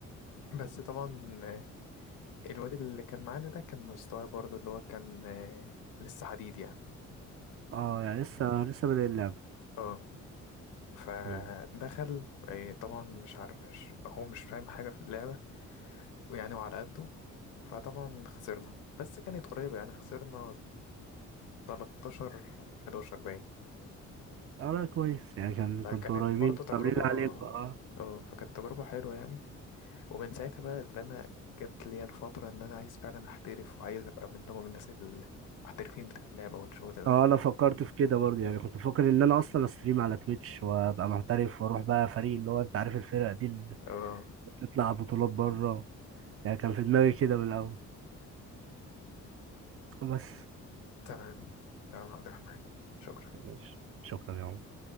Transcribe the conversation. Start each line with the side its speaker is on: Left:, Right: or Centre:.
Left: بس طبعا آه، الواد اللي كان معانا ده كان مستواه برضو اللي هو كان آه، لسه حديد يعني
Right: اه يعني لسه لسه بادئ اللعبة
Left: اه فدخل
Right: مم.
Left: آه، طبعا مش عارف مش هو مش فاهم حاجة في اللعبة ويعني وعلى قده فطبعا خسرنا بس كانت قريبة يعني خسرنا 13 11 باين
Right: اه لا كويس يعني كان
Left: فكانت
Right: كنتوا قريبين
Left: برضو تجربة
Right: طب ليه عليكم اه
Left: اه فكانت تجربة حلوة يعني ومن ساعتها بقى اللي أنا جت ليا الفترة إن أنا عايز فعلا أحترف وعايز أبقى من ضمن الناس المحترفين بتاع اللعبة والشغل ده
Right: اه انا فكرت في كده برضه يعني كنت بفكر ان انا اصلا استريم على تويتش وابقى محترف واروح بقى فريق اللي هو انت عارف الفرق دي اللي
Left: اه
Right: بتطلع بطولات بره يعني كان في دماغي كده من الاول بس
Left: تمام تمام يا عبد الرحمن شكرا
Right: ماشي شكرا يا عمر